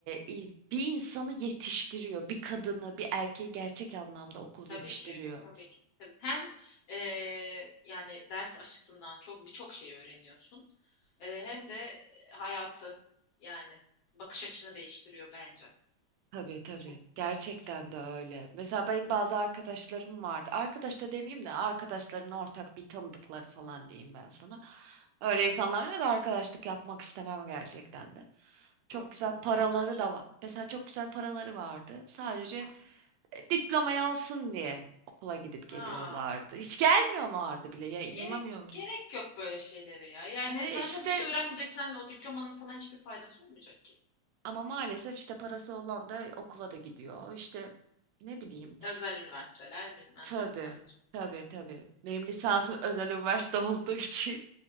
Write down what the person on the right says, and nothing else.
il- bir insanı yetiştiriyor. Bir kadını, bir erkeği gerçek anlamda okul
yetiştiriyor.
Tabii tabii.
Gerçekten
de öyle. Mesela benim bazı arkadaşlarım vardı. Arkadaş da demeyeyim de arkadaşlarımın ortak bir tanıdıkları falan diyeyim ben sana. Öyle insanlarla da arkadaşlık yapmak istemem gerçekten de. Çok
güzel
paraları da var. Mesela çok güzel paraları vardı. Sadece
e, diplomayı alsın diye okula gidip geliyorlardı.
Hiç gelmiyorlardı bile ya inanamıyor
musun?
E
işte
Ama maalesef işte parası olan da okula da gidiyor. İşte ne bileyim.
Tabii,
tabii, tabii. Benim lisansım <laughs> özel üniversite olduğu için.